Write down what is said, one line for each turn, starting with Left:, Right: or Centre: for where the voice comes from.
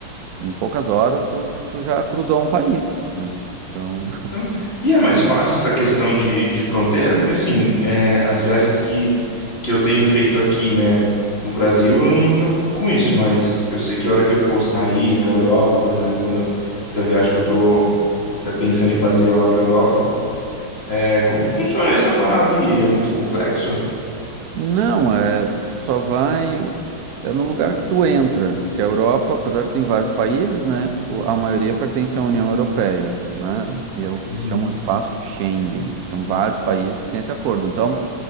Right: em poucas horas tu, tu já cruzou um país, né? Então.
Left: Então, e é mais fácil essa questão de, de fronteira, porque assim, é, as viagens que, que eu tenho feito aqui, né, no Brasil, eu não me preocupo com isso, mas eu sei que a hora que eu for sair para a Europa, por exemplo, quando eu- essa viagem que eu tô, tô até pensando em fazer lá para a Europa, é, como que funciona essa parada aí? É muito complexo?
Right: Não, é, tu só vai é no lugar que tu entra, porque a Europa, apesar de ter vários países, né, o- a maioria pertence à União Europeia, né, e é o
Left: Uhum.
Right: que se chama um espaço Schengen, que são vários países que têm esse acordo. Então,